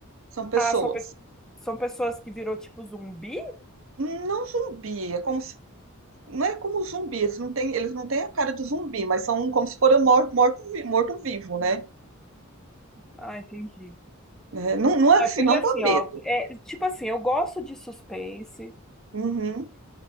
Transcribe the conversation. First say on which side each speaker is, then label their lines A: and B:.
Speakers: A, on the right (about 65°); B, in the centre.
A: são pessoas.
B: Ah, são, pe- são pessoas que virou tipo zumbi?
A: Não zumbi, é como se, não é como zumbi, eles não têm, eles não têm a cara de zumbi, mas são como se foram morto, morto, morto vivo, né?
B: Ah, entendi.
A: É, não, não é
B: É
A: assim,
B: porque
A: não
B: assim,
A: dá medo.
B: ó, é, tipo assim, eu gosto de suspense.
A: Uhum.